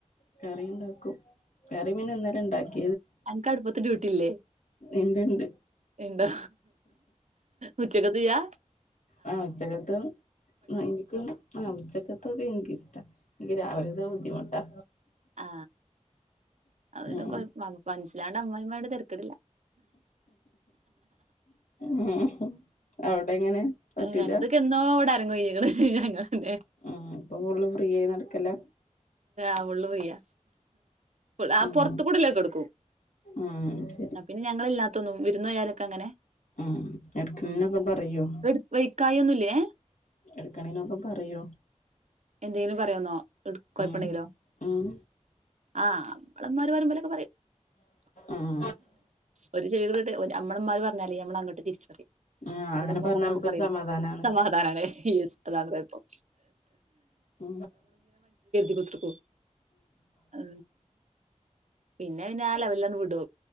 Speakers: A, on the left; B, on the right.
A: കറി ഉണ്ടാക്കും കറി മന്നെ അന്നേരം ഉണ്ടാക്കി
B: ആൻ കാടുപ്പത്തിൽ ഇട്ടില്ലേ
A: ഉണ്ട് ഉണ്ട്
B: എന്താ ഉച്ചക്കത്തെയാ
A: ആഹ് ഉച്ചകത്ത് എനിക്കും ആ ഉച്ചക്കത്തൊക്കെ എനിക്കിഷ്ടം എനിക്ക് രാവിലെത്തെ ബുദ്ധിമുട്ടാ
B: ആ അതിന്
A: ഉം
B: കൊ മനസ്സിലാണ്ട് അമ്മായി അമ്മയോട് തരക്കേടില്ല
A: ഉം അവിടെ എങ്ങനെ പറ്റൂല
B: ഞങ്ങതൊക്കെ എന്നോ എവിടെ അരങ്ങുവയിക്ക്ണു ഞങ്ങള്
A: ഉം ഇപ്പൊ ഫുള്ള് ഫ്രീ ആയി നടക്കല
B: അ വള്ളവയ്യാ ആ
A: ഉം
B: പുറത്തു കൂടില്ലേ കൊടുക്കും
A: ഉം ശരി
B: പിന്നെ ഞങ്ങളൾ ഇല്ലാത്തൊന്നും വിരുന്നുകാരൊക്കെ അങ്ങനെ
A: ഉ എടക്കണൊക്കെ
B: ഉം
A: പറയുവോ
B: എടു വൈക്കായൊന്നുല്ലേ
A: എടുക്കണീനൊക്കെ പറയോ
B: എന്തെങ്കിലും പറയാന്നോ എ കോയപ്പുണ്ടെങ്കിലോ
A: ഉം ഉം
B: ആഹ് നമ്മളന്നരു പറയും പോലൊക്കെ പറയും
A: ഉം
B: ഒരു ചെടികട്ട് അമ്മളന്മാര് പറഞ്ഞാലേ നമ്മള അങ്ങോട്ട് തിരിച്ചു പറയും
A: ആ
B: ഇവിടെ
A: അങ്ങനെ
B: ഉമ്മ
A: പറഞ്ഞാ നമുക്കൊരു
B: പറയില്ല
A: സമാധാനാണ്
B: സമാധാനല്ലേ എസ് ഈഅതാണ് കെഴപ്പം
A: ഉ
B: <unintelligible> ഉ പിന്നെന്നാല വല്ലാം വിടെ